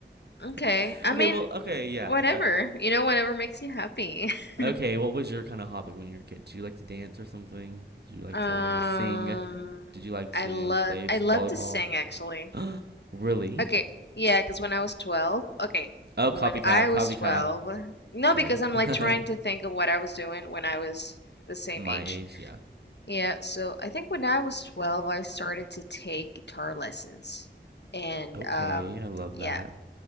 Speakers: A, on the left; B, on the right.
A: Okay.
B: <laughs>
A: I
B: okay,
A: mean,
B: well, okay, yeah.
A: whatever.
B: That
A: You know, whatever makes you happy. <laughs>
B: okay. What was your kind of hobby when you were a kid? Did you like to dance or something? Did you like
A: Um,
B: to sing? Did you like
A: I
B: to
A: love
B: play
A: I
B: volleyball?
A: love to sing actually.
B: <gasps> really?
A: Okay. Yeah, because when I was 12, okay,
B: Oh,
A: when
B: copycat,
A: I
B: copycat.
A: was 12, no,
B: Sorry,
A: because I'm
B: <laughs>
A: like trying to think of what I was doing when I was the same
B: my
A: age.
B: age. Yeah.
A: Yeah, so I think when I was 12, I started to take guitar lessons. And
B: Okay,
A: um,
B: I love
A: yeah,
B: that.